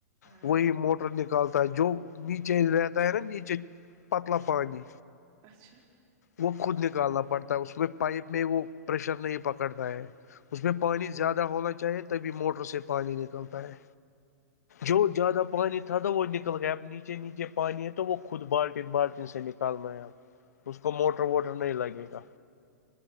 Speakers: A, on the right (about 40°); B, on the left (about 75°).
A: ہاں
B: وہی موٹر نکل نکالتا ہے جو نیچے رہتا ہے نا نیچے پتلا پانی
A: اچھا
B: وہ خود نکالنا پڑتا ہے اس میں پائپ میں وہ پریشر نہیں پکڑتا ہے اس میں پانی زیادہ ہونا چاہیے تبھی موٹر سے پانی نکلتا ہے جو
A: ٹھیک
B: زیادہ پانی تھا توا وہ نک گیا آب نیچے نیچے پانی ہے تو وہ خود بالٹین بالٹین سے نکال ہے اب اس کو موٹر ووٹر نہیں لگے گا